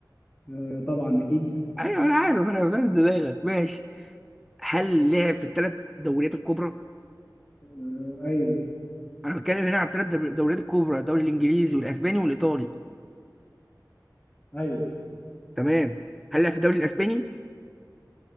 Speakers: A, on the left; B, in the centre.
A: آه. طبعا اكيد
B: ايوه انا عارف انا فاهم دماغك ماشي هل لعب في الثلاث دوريات الكبرى؟
A: آه. ايوه
B: انا بتكلم هنا عن الثلاث دوريات الكبرى الدوري الانجليزي والاسباني والايطالي
A: ايوه
B: تمام هل لعب في الدوري الاسباني؟